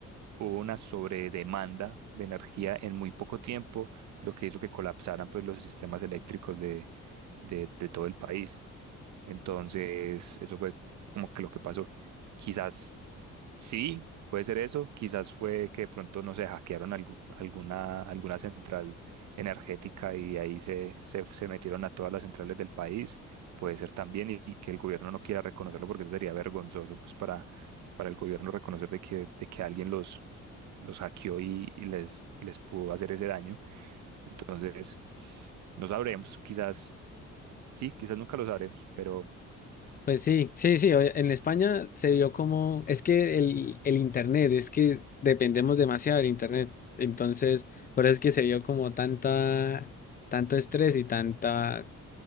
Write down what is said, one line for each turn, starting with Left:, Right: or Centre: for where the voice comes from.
Right: hubo una sobredemanda de energía en muy poco tiempo, lo que hizo que colapsaran pues los sistemas eléctricos de, de, de todo el país. Entonces, eso fue como que lo que pasó. Quizás sí, puede ser eso. Quizás fue que de pronto, no sé, hackearon algu- alguna, alguna central energética y de ahí se, se, se metieron a todas las centrales del país. Puede ser también y, y que el gobierno no quiera reconocerlo porque eso sería vergonzoso pues para, para el gobierno reconocer de que, de que alguien los, los hackeó y, y les, les pudo hacer ese daño. Entonces, no sabremos. Quizás sí, quizás nunca lo sabremos, pero...
Left: Pues sí, sí, sí, oye, en España se vio como, es que el, el Internet, es que dependemos demasiado del Internet, entonces por eso es que se vio como tanta, tanto estrés y tanta